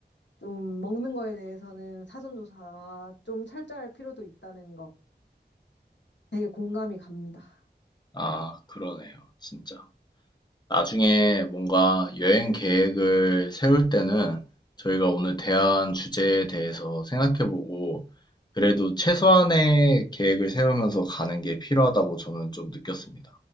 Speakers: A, on the left (about 80°); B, on the left (about 25°).
A: 좀 먹는 거에 대해서는 사전조사가 좀 철저할 필요도 있다는 것 되게 공감이 갑니다.
B: 아, 그러네요. 진짜. 나중에 뭔가 여행 계획을 세울 때는 저희가 오늘 대한 주제에 대해서 생각해보고 그래도 최소한의 계획을 세우면서 가는 게 필요하다고 저는 좀 느꼈습니다.